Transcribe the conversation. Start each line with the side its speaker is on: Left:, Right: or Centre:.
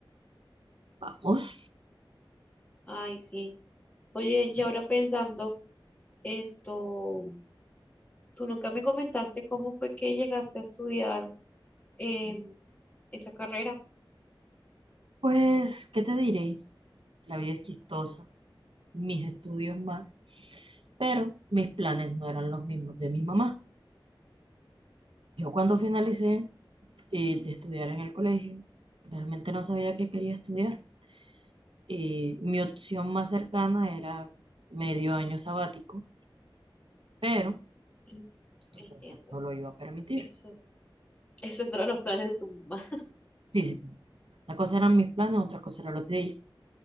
Right: Vamos.
Left: Ay, sí. Oye, y ahora pensando esto, tú nunca me comentaste cómo fue que llegaste a estudiar eh, esa carrera.
Right: Pues, ¿qué te diré? La vida es chistosa, mis estudios más, pero mis planes no eran los mismos de mi mamá. Yo cuando finalicé eh, de estudiar en el colegio, realmente no sabía qué quería estudiar. Eh, mi opción más cercana era medio año sabático, pero
Left: En-
Right: tu
Left: Entiendo.
Right: suegra no lo iba a permitir.
Left: Esos, esos no eran los planes de tu mamá.
Right: Sí, sí. Una cosa eran mis planes, otra cosa eran los de ella.